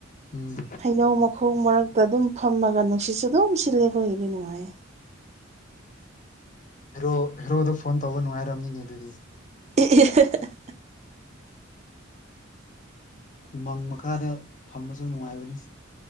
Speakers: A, on the left; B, on the right.
A: ꯎꯝ
B: ꯍꯩꯅꯧ ꯃꯈꯣꯡ ꯃꯔꯛꯇ ꯑꯗꯨꯝ ꯐꯝꯃꯒ ꯅꯨꯡꯁꯤꯠꯁꯨ ꯑꯗꯨꯝ ꯁꯤꯠꯂꯦ ꯑꯩꯈꯣꯏꯒꯤꯗꯤ ꯅꯨꯡꯉꯥꯏꯌꯦ
A: ꯍꯦꯔꯣ ꯍꯦꯔꯣꯗ ꯐꯣꯟ ꯇꯧꯕ ꯅꯨꯡꯉꯥꯏꯔꯝꯅꯤꯅꯦ ꯑꯗꯨꯗꯤ
B: <unintelligible>
A: ꯎꯃꯪ ꯃꯈꯥꯗ ꯐꯝꯕꯁꯨ ꯅꯨꯡꯉꯥꯏꯕꯅꯤ